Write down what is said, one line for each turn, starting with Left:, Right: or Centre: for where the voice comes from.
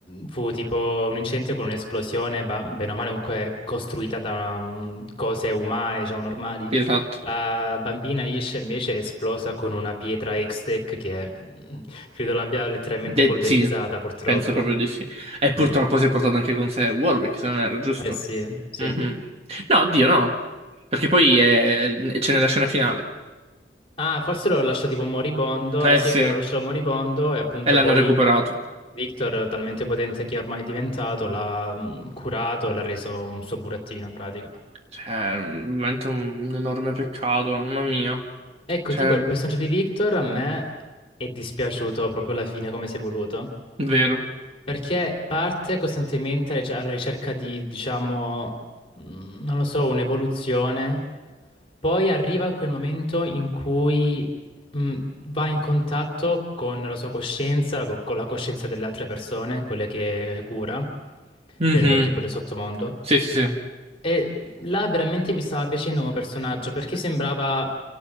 Left: fu tipo un incidente con un'esplosione, ba- bene o male comunque costruita da mm, cose umane, diciamo normali.
Right: sì, esatto.
Left: La bambina Ish invece è esplosa con una pietra X-Tech che mm, credo l'abbia letteralmente
Right: De-
Left: polverizzata,
Right: sì,
Left: purtroppo.
Right: penso proprio di sì. E purtroppo
Left: Mm.
Right: si è portato anche con sé Warwick, se non era giusto.
Left: Eh sì, sì.
Right: Mhm. No, oddio, no. Perché poi è- c'è nella scena finale.
Left: Ah, forse lo lasciò tipo moribondo.
Right: Eh
Left: Eh sì,
Right: sì,
Left: è vero,
Right: e
Left: lo lasciò moribondo e appunto
Right: l'hanno
Left: poi
Right: recuperato.
Left: Victor, talmente potente che è ormai diventato, l'ha mh, curato e l'ha reso un suo burattino in pratica.
Right: Cioè, veramente un, un enorme peccato, mamma mia.
Left: Ecco,
Right: Cioè,
Left: tipo
Right: mm,
Left: il personaggio di Victor a me è dispiaciuto proprio alla fine come si è voluto.
Right: vero.
Left: Perché parte costantemente cioè, alla ricerca di, diciamo, mh, non lo so, un'evoluzione, poi arriva a quel momento in cui mh, va in contatto con la sua coscienza, co- con la coscienza delle altre persone, quelle che cura,
Right: Mhm.
Left: del tipo del sottomondo.
Right: Sì, sì, sì.
Left: E là veramente mi stava piacendo come personaggio perché sembrava,